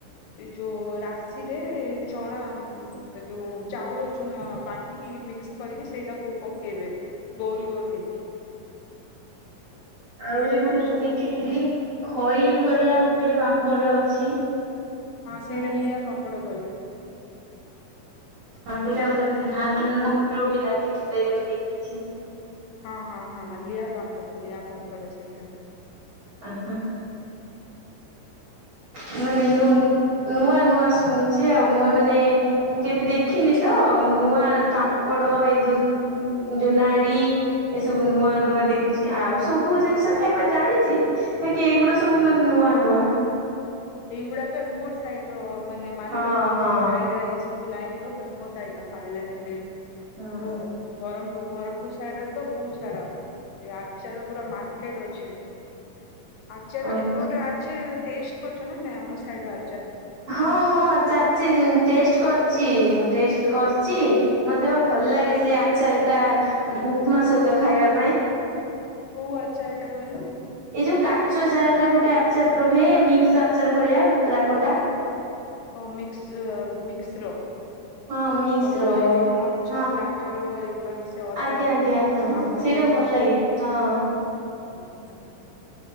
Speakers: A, on the left (about 80°); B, on the right (about 60°).
A: ଏଇ ଯୋଉ ରାଶିରେ ଚଣା ଏ ଯୋଉ ଚାଉଳ ଚୁନା ବାଟିକି ମିକ୍ସ କରିକି ସେଇଟାକୁ ପକେଇବେ। ଗୋଲ ଗୋଲ <unintelligible> ସେଇଟାକୁ
B: ଆହୁରି ଗୋଟେ
A: ସୁ
B: ମୁଁ ଦେଖିଥିଲି ଖଇ ଭଳିଆ ଗୋଟେ ପାମ୍ପଡ ଅଛି।
A: ହଁ ସେଇଟା
B: ମାନେ
A: ଲିଆ ପାମ୍ପଡ଼ କଇବେ।
B: ହଁ ସେଇଟା ଗୋଟେ ଏମିତି ଧାନ ଗୋଟେ ଗୋଟେ ଲାଗିଥିଲା ତ ଏଇରା ମୁଁ ଦେଖିଚି।
A: ହଁ ହଁ ହଁ ଲିଆ ପାମ୍ପଡ ଲିଆ ପାମ୍ପଡ ସେଇଟା।
B: ଆଁ ହୋ ମୁନି
A: ସେଇଟା
B: ନୂ ନୂଆ ନୂଆ ଶୁଣୁଛି ଆଉ ମୁଇ ମାନେ ମୁଁ କେବେ ଦେଖିନି ତ ନୂଆ ପାମ୍ପଡ ଏଇ ଯୋ ଯୋଉ ନାଡି ଏସବୁ ନୂଆ
A: ହଁ
B: ଧୂଆ ଦେ ଦେଖୁଛି ଆଉ ସବୁ ଜିନିଷ ଖାଇବା ଜାଣିଛି ବାକି ଏଇଗୁଡା ସବୁ ମତେ ନୂଆ ନୂଆ।
A: ଏଇଗୁଡାକ ଏପଟ ସାଇଡ ର ମାନେ ମାଲକାନଗିରି
B: ହଁ ହଁ
A: ରାୟଗଡା ଏସବୁ। ବୁଲାଇନ ର ଫେମୋସ୍ ଆଇଟମ୍ ପାରଳାଖେମୁଣ୍ଡି <unintelligible>
B: ହଁ।
A: ବରହ୍ମପୁର ବରହ୍ମପୁର ସାଇଡ ରେ ତ ବହୁତ ସାରା ଏ ଆଚାର ପୁରା ମାର୍କେଟ ଅ ଛି ଆଚାର
B: ଓହୋ
A: ଏପଟର ଆଚାର ଟେଷ୍ଟ କରିଚ ନା ନାଇ ଆମ ସାଇଡ ଆ
B: ହଁ ହଁ ଚାଚି ଟେଷ୍ଟ କରିଚି ମୁଁ ଟେଷ୍ଟ କରିଚି। ମତେ ବା ଭଲ ଲାଗେ ସେ ଆଚାର ଟା ଉପମା ସହିତ ଖାଇବା ପାଇଁ।
A: କୋଉ ଆଚାରଟା କହିଲ।
B: ଏଇ ଯୋଉ କାଚ ଜାର ରେ ଗୋଟେ ଆଚାର ରୁହେ ମିକ୍ସ ଆଚାର ଭଳିଆ ରାଗଟା।
A: ଓ ମିକ୍ସି ଅ ମିକ୍ସି ର।
B: ହଁ ମିକ୍ସ
A: ସବୁ
B: ର
A: ଏଇ ଯୋଉ ମଚ
B: ହଁ
A: ଗାଜର ଏଇଗୁଡା ମିଶା ଅଦା।
B: ଆଜ୍ଞା ଆଜ୍ଞା ହଁ
A: ଆମ୍ବ
B: ସେଇଟା
A: <unintelligible> ସବୁ
B: ଭଲ
A: ମିଶିଚି।
B: ଲାଗେ ହଁ।
A: ହୁଁ ତ